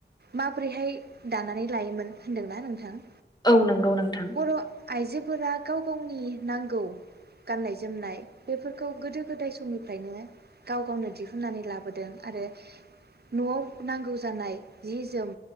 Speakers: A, on the right; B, on the left.
A: माबोरैहाय दानानै लायोमोन होनदोंना नोंथां
B: औ नंगौ नोंथां
A: बर' आइजोफोरा गाव गावनि नांगौ गाननाय जोमनाय बेफोरखौ गोदो गोदाय समनिफ्रायनो गाव गावनो दिहुननानै लाबोदों आरो न'आव नांगौ जानाय जि जोम